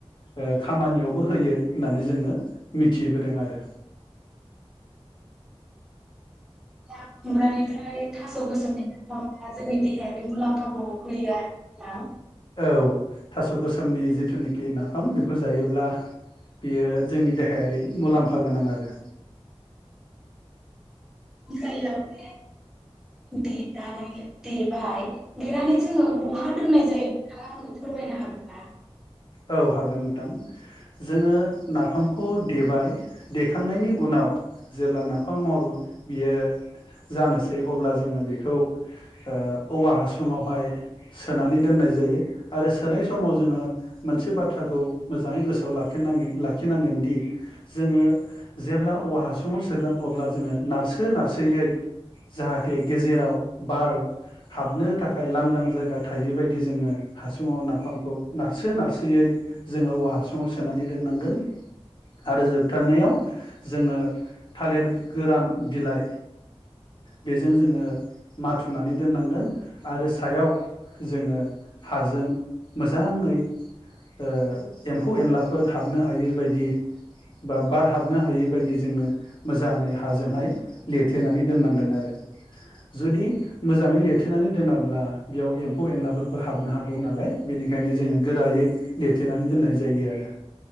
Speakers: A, on the left; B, in the centre.
A: ओ खामानियावबो होयो होननानै जोङो मिथिबोदों आरो।
B: दा खुमब्रानिफ्राय थास' गोसोमनि नाफामा जोंनि देहायारि मुलाम्फाखौ होयो आरो ना?
A: औ थास' गोसोमनि जिथुनाखि नाफाम बेखौ जायोब्ला बियो जोंनि देहायारि मुलाम्फा गोनां आरो।
B: <unintelligible> देबाय देनानै जोङो बहा दोननाय जायो नोंथाङा आंनो फोरमायनो हागोना?
A: औ हागोन नोंथां जोङो नाफामखौ देबाय देखांनायनि उनाव जेब्ला नाफाम महर बियो जानोसै अब्ला जोङो बेखौ ओ औवा हासुङावहाय सोनानै दोननाय जायो आरो सोनाय समाव जोङो मोनसे बाथ्राखौ मोजाङै गोसोआव लाखिनांगोन लाखिनांगोनदि जोङो जेब्ला औवा हासुङाव सोगोन अब्ला जोङो नारसो नारसोयै जाहाथे गेजेराव बार हाबनो थाखाय लांदां जायगा थायै बादि जोङो हासुङाव नाफामखौ नारसो नारसोयै जोङो औवा हासुङाव सोनानै दोननांगोन आरो जोबथारनायाव जोङो थालिर गोरान बिलाइ बेजों जोङो माथुनानै दोननांगोन आरो सायाव जोङो हाजों मो मोजाङै ओ एम्फौ एनलाफोर हाबनो हायै बायदि बा बार हाबनो हायै बादि जोङो मोजाङै हाजोंहाय लिरथेनानै दोननांगोन आरो जुदि मोजाङै लिरथेनानै दोनाब्ला बेयाव एम्फौ एनलाफोरबो हाबनो हागौ नालाय बेनि खायनो जोङो गोरायै लिरथेनानै दोननाय जायो आरो।